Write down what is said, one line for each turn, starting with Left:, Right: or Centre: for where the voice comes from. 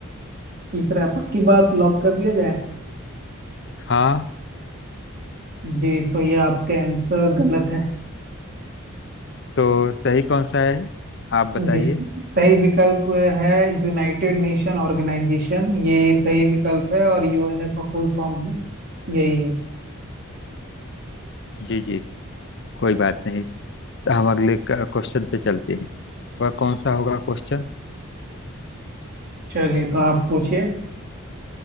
Right: तीसरा है, पक्की बात लॉक कर दिया जाए
Left: हाँ
Right: जी तो ये आपका आंसर गलत है
Left: तो सही कौन सा है आप बताइए
Right: जिस सही विकल्प है यूनाइटेड नेशन ऑर्गेनाइजेशन ये सही विकल्प है और यूएनए का फुल फॉर्म है यही है
Left: जी जी कोई बात नहीं तो हम अगले क्वेश्चन पे चलते हैं वह कौन सा होगा क्वेश्चन
Right: चलिए तो आप पूछिए